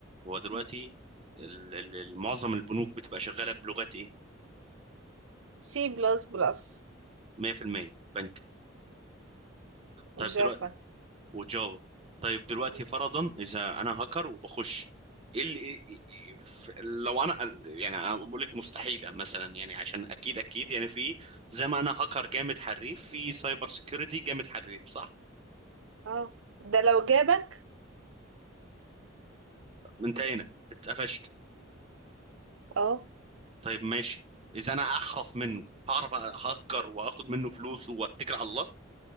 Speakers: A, on the right; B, on the right.
A: هو دلوقتي
B: مم.
A: ال- ال- ال- معظم البنوك بتبقى شغالة بلغات ايه
B: سي بلس بلس
A: 100% بنك
B: وجافا
A: طيب وجافا طيب دلوقتي
B: مم.
A: فرضا اذا انا هاكر وبخش ايه اللي إيه إيه إيه، ف- لو انا يعني انا بقول لك مستحيله مثلا يعني عشان اكيد اكيد يعني في زي ما انا هاكر جامد حريف في سايبر سيكيورتي جامد حريف صح
B: اه ده لو جابك
A: انت هنا اتقفشت
B: اه
A: طيب ماشي اذا انا احرف منه هعرف اهكر واخد منه فلوسه واتكل على الله